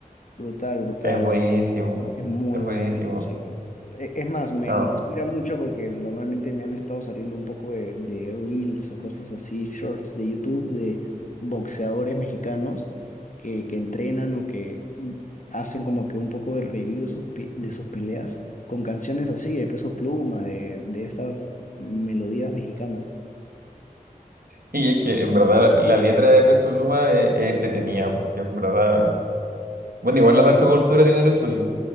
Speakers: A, on the left; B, on the right.
A: Brutal, brutal.
B: es buenísimo,
A: Es muy
B: es
A: buena
B: buenísimo.
A: la música. E- Es más, me,
B: No.
A: me inspira mucho porque normalmente me han estado saliendo un poco de, de reels o cosas así, shorts de YouTube de boxeadores mexicanos que, que entrenan o que hacen como que un poco de review de sus, pe- de sus peleas con canciones así, de Peso Pluma, de, de estas melodías mexicanas.
B: Y es que en verdad la, la letra de Peso Pluma es, es entretenida, porque en verdad, bueno, igual la narcocultura tiene lo suyo,